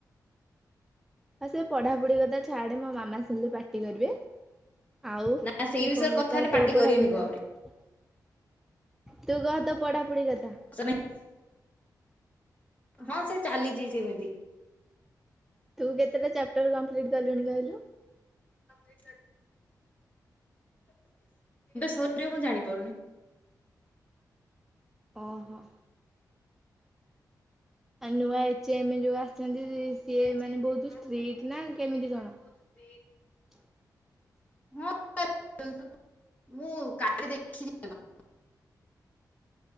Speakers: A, in the centre; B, on the left (about 20°).
A: ହଁ ସେ ପଢ଼ାପଢ଼ି କଥା ଛାଡ଼େ ମୋ ମାମା ଶୁଣିଲେ ପାଟି କରିବେ ଆଉ।
B: ନା ସେଇ
A: ତୁ
B: ବିଷୟରେ
A: କ
B: କଥା
A: କ
B: ହେଲେ ପାଟି
A: ତୋ ପଢ଼ାପଡ଼ି
B: କରିବେନି କହ
A: କଥା।
B: ଆହୁରି।
A: ତୁ କହ ତୋ ପଢାପଢି କଥା।
B: <inaudible> ହଁ ସେ ଚାଲିଛି ସେମିତି।
A: ତୁ କେତଟା ଚାପଟର କମ୍ପ୍ଲିଟ୍ କଲୁଣି କହିଲୁ।
B: <inaudible> କେବେ ସରିବ ମୁଁ ଜାଣିପାରୁନି।
A: ଅହୋ। ଆ ନୂଆ ଏଚ ଏମ ଯୋଉ ଆସିଛନ୍ତି। ସିଏ
B: <inaudible>
A: ମାନେ ବହୁତ ଷ୍ଟ୍ରିଟ୍ ନା କେମିତି କଣ? <inaudible>
B: <inaudible>